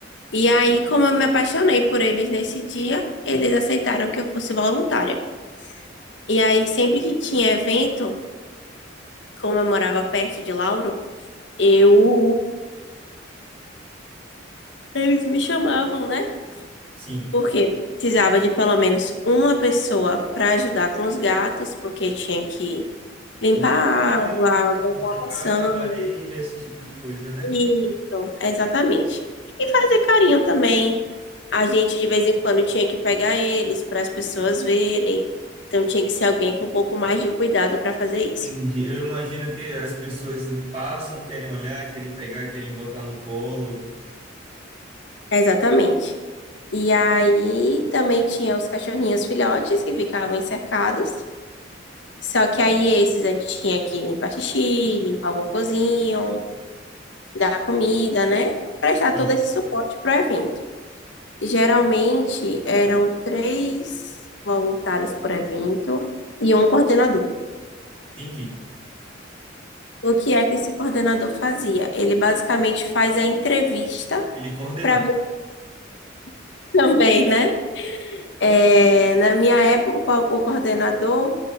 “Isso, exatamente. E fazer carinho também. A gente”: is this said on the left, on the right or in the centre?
Left